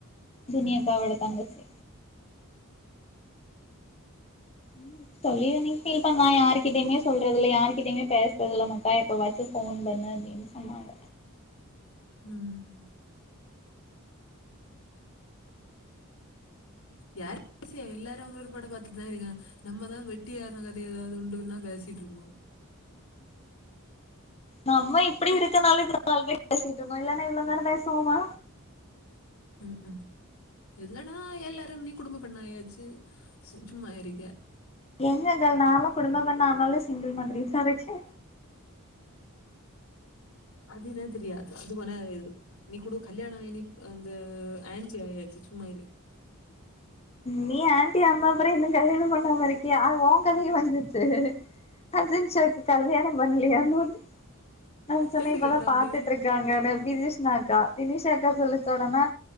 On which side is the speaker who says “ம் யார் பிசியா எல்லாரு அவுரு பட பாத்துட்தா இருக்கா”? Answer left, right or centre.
Left